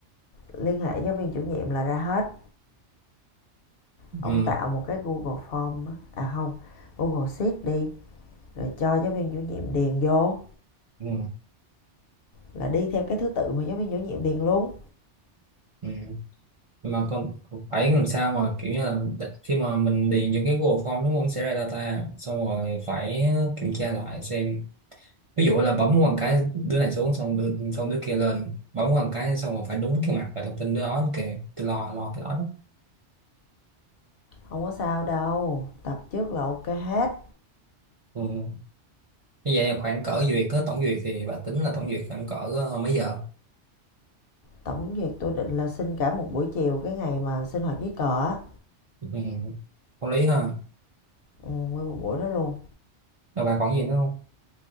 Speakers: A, on the left; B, on the right.
A: liên hệ giáo viên chủ nhiệm là ra hết
B: ừ,
A: ông tạo một cái Google Form á. à không Google Sheet đi rồi cho giáo viên chủ nhiệm điền vô
B: ừ,
A: là đi theo cái thứ tự mà giáo viên chủ nhiệm điền luôn
B: ừ. mà con phải làm sao mà kiểu như là đ- khi mà mình điền vô cái Google Form đúng không nó sẽ ra data xong rồi phải kiểm tra lại xem ví dụ là bấm một cái đứa này xuống xong đứa, xong đứa kia lên bấm một cái xong rồi phải đúng cái mặt và thông tin đứa đó kìa tôi lo lo cái đó đó
A: không có sao đâu tập trước là ok hết
B: ừ. như vậy là khoảng cỡ duyệt á tổng duyệt thì bà tính là tổng duyệt khoảng cỡ ờ, mấy giờ
A: tổng duyệt tôi định là xin cả một buổi chiều cái ngày mà sinh hoạt dưới cờ á
B: ừ. có lý ha
A: ừ, nguyên một buổi đó luôn
B: rồi bà còn gì nữa không